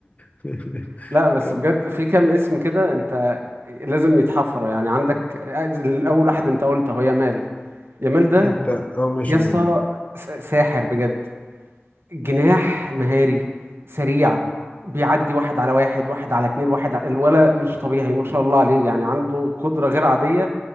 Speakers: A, on the left; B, on the right.
A: <laughs>
B: لا بس
A: كم
B: بجد في كام اسم كده انت لازم يتحفروا يعني عندك الاول واحد انت قلت اهو يامال يامال ده
A: انت اه ماشي
B: يا اسطى
A: قول
B: س- ساحر بجد جناح مهاري سريع بيعدي واحد على واحد واحد على اتنين واحد على الولا مش طبيعي ما شاء الله عليه يعني عنده قدرة غير عادية